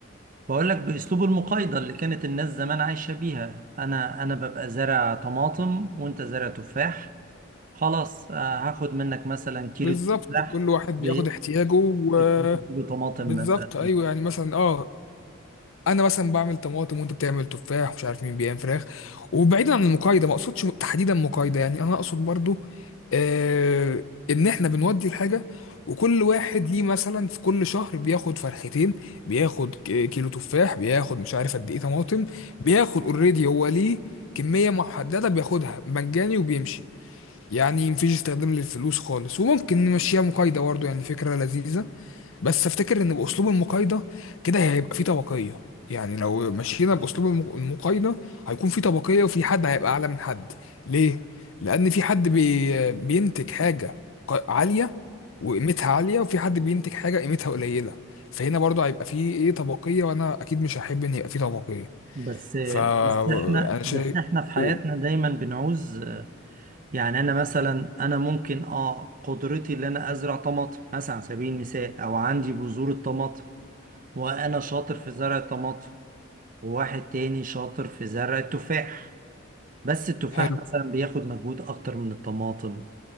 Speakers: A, on the right (about 40°); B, on the left (about 75°).
A: بقول لك باسلوب المقايضة اللي كانت الناس زمان عايشة بيها انا انا ببقى زارع طماطم وانت زارع تفاح خلاص آه، هاخد منك مثلا كيلو
B: بالظبط
A: تفاح
B: كل واحد
A: ب
B: بياخد احتياجه و-
A: ب- كيلو طماطم
B: بالظبط
A: مثلا
B: ايوه يعني مثلا اه انا مثلا بعمل طماطم وانت بتعمل تفاح مش عارف مين بيعمل فراخ وبعيدا عن المقايضه ما اقصدش تحديدا مقايضه يعني انا اقصد برضو آه ان احنا بنودي الحاجه وكل واحد ليه مثلا في كل شهر بياخد فرختين بياخد ك- كيلو تفاح بياخد مش عارف قد ايه طماطم بياخد اوريدي هو ليه كميه محدده بياخدها مجاني وبيمشي يعني مفيش استخدام للفلوس خالص وممكن نمشيها مقايضة برضه يعني فكرة لذيذة بس افتكر ان باسلوب المقايضة كده هيبقى فيه طبقية يعني لو مشينا باسلوب الم- المقايضة هيكون في طبقية وفي حد هيبقى اعلى من حد ليه؟ لان في حد بي بينتج حاجة ق- عالية وقيمتها عالية وفي حد بينتج حاجة قيمتها قليلة فهنا برضه هيبقى في ايه طبقية وانا اكيد مش هحب ان يبقى في طبقية
A: بس
B: فانا
A: بس احنا
B: شايف
A: بس احنا في حياتنا
B: قول.
A: دايما بنعوز يعني انا مثلا انا ممكن اه قدرتي ان انا ازرع طماطم مثلا على سبيل المثال او عندي بذور الطماطم وانا شاطر في زرع الطماطم وواحد تاني شاطر في زرع التفاح بس التفاح
B: حلو
A: مثلا بياخد مجهود اكتر من الطماطم